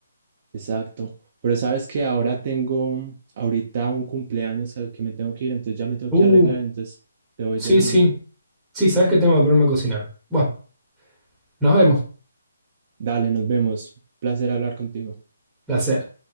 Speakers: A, on the right; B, in the centre.
A: Exacto. Pero sabes que ahora tengo ahorita un cumpleaños al que me tengo que ir, entonces ya me tengo
B: Uh,
A: que arreglar, entonces te voy
B: sí,
A: dejando.
B: sí. Sí, sabes que tengo que ponerme a cocinar. Bueno, nos vemos.
A: Dale, nos vemos. Placer hablar contigo.
B: Placer.